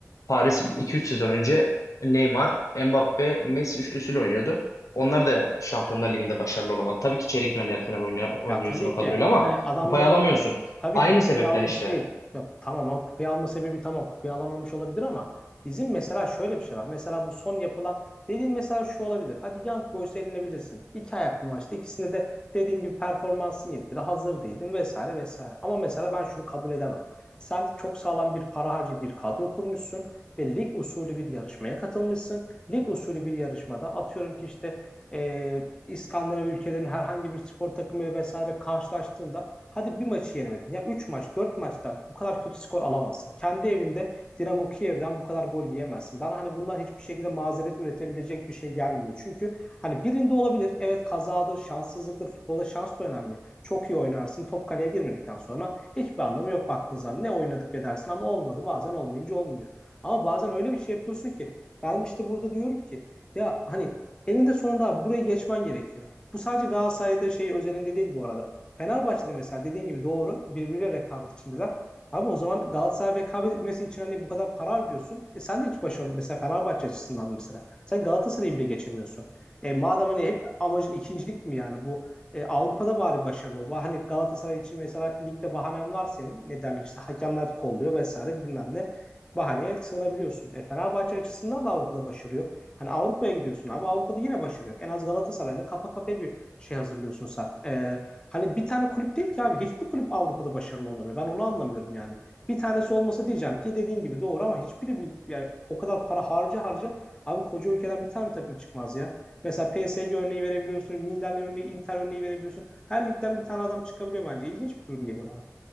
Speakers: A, on the left; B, on the left.
A: Paris iki üç sezon önce Neymar, Mbappe, Messi üçlüsüyle oynuyordu. Onlar da Şampiyonlar Ligi'nde başarılı olamadı. Tabii ki çeyrek final, yarı final oyna- oynuyorsun
B: Ya tabii
A: o kadroyla
B: ki ama
A: ama
B: hani adamlar
A: kupayı
B: hep
A: alamıyorsun.
B: Tabii
A: Aynı
B: ki kupayı
A: sebepten
B: alması
A: işte.
B: değil. Yok tamam ama kupayı alma sebebi tamam kupayı alamamış olabilir ama bizim mesela şöyle bir şey var. Mesela bu son yapılan dediğin mesela şu olabilir. Hadi Young Boys'u elinebilirsin. İki ayaklı maçta ikisinde de dediğin gibi performansın yetmedi. Hazır değildin vesaire vesaire. Ama mesela ben şunu kabul edemem. Sen çok sağlam bir para harcı bir kadro kurmuşsun ve lig usulü bir yarışmaya katılmışsın. Lig usulü bir yarışmada atıyorum ki işte eee İskandinav ülkelerin herhangi bir spor takımıyla vesaire karşılaştığında Hadi bir maçı yenemedin. Ya 3 maç, 4 maçta bu kadar kötü skor alamazsın. Kendi evinde Dinamo Kiev'den bu kadar gol yiyemezsin. Bana hani bunlar hiçbir şekilde mazeret üretebilecek bir şey gelmiyor. Çünkü hani birinde olabilir. Evet kazadır, şanssızlıktır. Futbolda şans da önemli. Çok iyi oynarsın. Top kaleye girmedikten sonra hiçbir anlamı yok baktığın zaman. Ne oynadık be dersin ama olmadı. Bazen olmayınca olmuyor. Ama bazen öyle bir şey yapıyorsun ki ben işte burada diyorum ki ya hani eninde sonunda abi burayı geçmen gerekiyor. Bu sadece Galatasaray'da şey özelinde değil bu arada. Fenerbahçe'de mesela dediğin gibi doğru birbiriyle rekabet içindeler. Abi o zaman Galatasaray rekabet etmesi için hani bu kadar para harcıyorsun. E sen de hiç başarılı mesela Fenerbahçe açısından mesela. Sen Galatasaray'ı bile geçemiyorsun. E madem hani hep amacın ikincilik mi yani bu e, Avrupa'da bari başarılı ol. Hani Galatasaray için mesela ligde bahanen var senin. Ne derler işte hakemler kolluyor vesaire bilmem ne. Bahaneye sığınabiliyorsun. E Fenerbahçe açısından da Avrupa'da başarı yok. Hani Avrupa'ya gidiyorsun abi. Avrupa'da yine başarı yok. En az Galatasaray'la kafa kafaya bir şey hazırlıyorsun sen. E, Hani bir tane kulüp değil ki abi. Hiçbir kulüp Avrupa'da başarılı olamıyor. Ben onu anlamıyorum yani. Bir tanesi olmasa diyeceğim ki dediğin gibi doğru ama hiçbiri bir, yani o kadar para harca harca abi koca ülkeden bir tane takım çıkmaz ya. Mesela PSG örneği verebiliyorsun, Milan örneği, Inter örneği verebiliyorsun. Her ligden bir tane adam çıkabiliyor bence. İlginç bir durum geliyor bana.